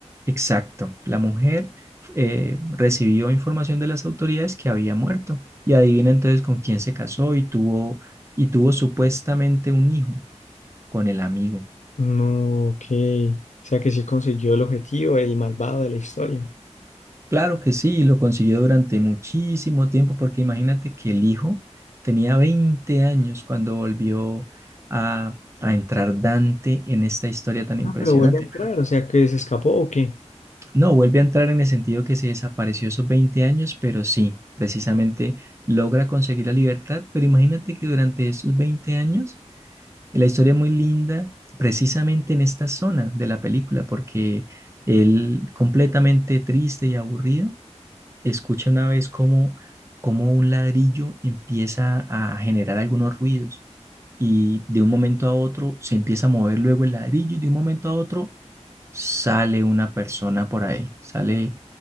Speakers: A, on the right (about 25°); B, on the left (about 85°).
A: exacto, la mujer eh, recibió información de las autoridades que había muerto y adivina entonces con quién se casó y tuvo, y tuvo supuestamente un hijo con el amigo.
B: No, ok. O sea que sí consiguió el objetivo, el malvado de la historia.
A: Claro que sí, lo consiguió durante muchísimo tiempo, porque imagínate que el hijo tenía 20 años cuando volvió a, a entrar Dante en esta historia tan impresionante.
B: Ah, pero vuelve a entrar,
A: Pero
B: o sea, que se escapó o qué.
A: no, vuelve a entrar en el sentido que se desapareció esos 20 años, pero sí, precisamente logra conseguir la libertad. Pero imagínate que durante esos 20 años, la historia es muy linda, precisamente en esta zona de la película, porque él completamente triste y aburrido Escucha una vez cómo, cómo un ladrillo empieza a generar algunos ruidos y de un momento a otro se empieza a mover luego el ladrillo y de un momento a otro sale una persona por ahí, sale